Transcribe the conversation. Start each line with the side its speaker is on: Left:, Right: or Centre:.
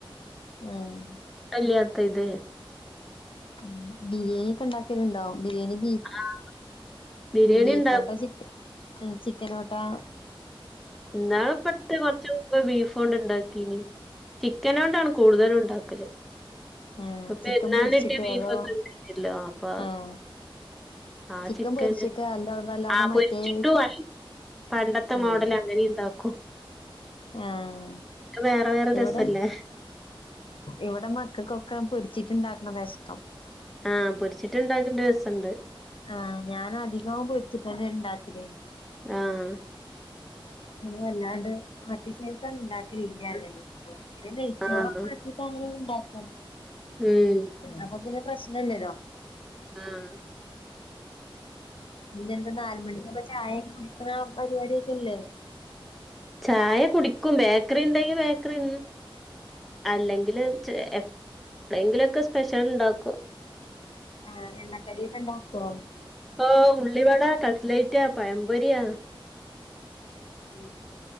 Left: ആഹ്
Centre: അല്ല്യാത്തത്
Left: ഉം ബിര്യേനിയൊക്കെണ്ടാക്കല് ണ്ടോ. ബിരിയാണി ബീഫ്
Centre: ആഹ് ബിരിയാണി
Left: ബീഫോണ്ട
Centre: ഇണ്ടാ
Left: ചി ചിക്കനോട്ടാ
Centre: ന്നാളെപ്പട്ത്ത്‌ കൊർച്ച് പ്പ ബീഫോണ്ട്ണ്ടാക്കീനി. ചിക്കനോണ്ടാണ് കൂടുതലുണ്ടാക്കല്
Left: ആഹ്
Centre: പ്പൊ പെര്ന്നാളിനിട്ട്യ
Left: ചിക്കൻ പൊരിച്ചിട്ടോ അതോ
Centre: ബഫൊക്കെണ്ടേന്യല്ലോ അപ്പ
Left: ആഹ്
Centre: ആ
Left: ചിക്കൻ
Centre: ചിക്കന്
Left: പൊരിച്ചിട്ട് അല്ല അതല്ലാതെ
Centre: ആ പൊരിച്ചിട്ടു
Left: മറ്റേ
Centre: അൽ പണ്ടത്തെ
Left: ആഹ്
Centre: മോഡല ങ്ങനിണ്ടാക്കും.
Left: ആഹ്
Centre: വേറെ വേറെ
Left: ഇവടെ
Centre: രസല്ലേ
Left: ഇവടെ മക്കക്കൊക്കെ പൊരിച്ചിട്ട്ണ്ടാക്ക്ണത ഇഷ്ടം
Centre: ആഹ് പൊരിച്ചിട്ട്ണ്ടാക്ക്ൺത് രസണ്ട്
Left: ആഹ് ഞാനധികവും പൊരിച്ചിട്ടന്നെണ്ടാക്കല്
Centre: ആഹ്
Left: അങ്ങനെ വല്ലാണ്ട് മറ്റെ ശേൽക്കണ്ട്ണ്ടാക്കലില്ല്യ അങ്ങനെപ്പൊ പിന്നെ നെയ്
Centre: ആഹ്
Left: ചോറൊക്കാക്കിട്ടങ്ങനെണ്ട് ണ്ടാക്കും.
Centre: ഉം
Left: അപ്പ പിന്നെ പ്രശ്നല്ലല്ലോ
Centre: ആഹ്
Left: പിന്നെന്താ നാല് മണിക്ക് ഇപ്പ ചായയൊക്കെ കുടിക്കണ പരിപാടിയൊക്കെയില്ലേ?
Centre: ചായ കുടിക്കും, ബേക്കറി ഉണ്ടെങ്കി ബേക്കറി അല്ലെങ്കില് ച് എപ്പളേങ്കിലൊക്കെ സ്പെഷ്യൽ ഉണ്ടാക്കും.
Left: ആഹ്. എണ്ണക്കടിയൊക്കെ ഉണ്ടാക്കുവോ?
Centre: ഓഹ് ഉള്ളിവട, കട്ലറ്റാ, പഴം പൊരിയാ
Left: മം